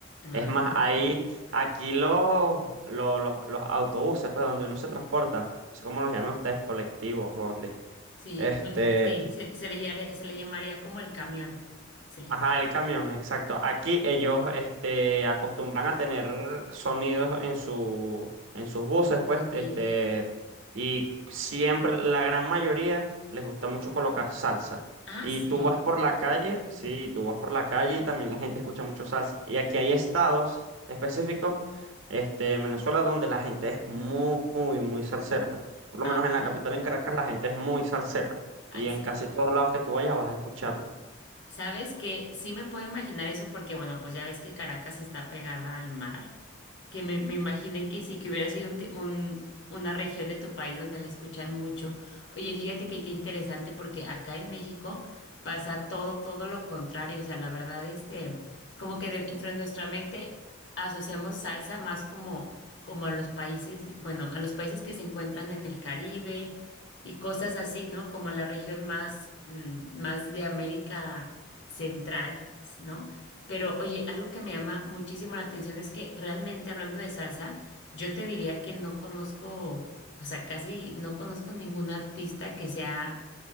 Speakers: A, on the left; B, on the right.
A: Ah,
B: Es más,
A: ok.
B: hay aquí los, los los, los autobuses, pues donde uno se transporta, no sé cómo los llaman ustedes, colectivos, o donde.
A: Sí,
B: este,
A: bueno, sí, se, se le llare- se le llamaría como el camión. Sí.
B: Ajá, el camión, exacto. Aquí ellos, este, acostumbran a tener sonidos en su, en sus buses, pues,
A: Sí.
B: este, y siempre, la gran mayoría, les gusta mucho colocar salsa.
A: Ah,
B: Y
A: sí.
B: tú vas por la calle,
A: Mm,
B: sí, tú vas por la calle y también la gente escucha mucho salsa. Y aquí hay estados específicos, este, en Venezuela, donde la gente es muy, muy, muy salsera. Por lo
A: Ah,
B: menos
A: ok.
B: en la capital, en Caracas, la gente es muy salsera.
A: Ah,
B: Y
A: s-
B: en casi todos lados que tú vayas vas a escucharlo.
A: ¿Sabes que Sí me puedo imaginar eso porque, bueno, pues ya ves que Caracas está pegada al mar. que me, me imaginé que sí, que hubiera sido un, te- un- una región de tu país donde la escuchan mucho. Oye, fíjate que qué interesante porque acá en México pasa todo, todo lo contrario. O sea, la verdad, este, como que dentro de nuestra mente asociamos salsa más como, como a los países, bueno, a los países que se encuentran en el Caribe y cosas así, ¿no? Como la región más, mm, más de América Central, ¿no? Pero oye, algo que me llama muchísimo la atención es que realmente hablando de salsa, yo te diría que no conozco, o sea, casi no conozco ningún artista que sea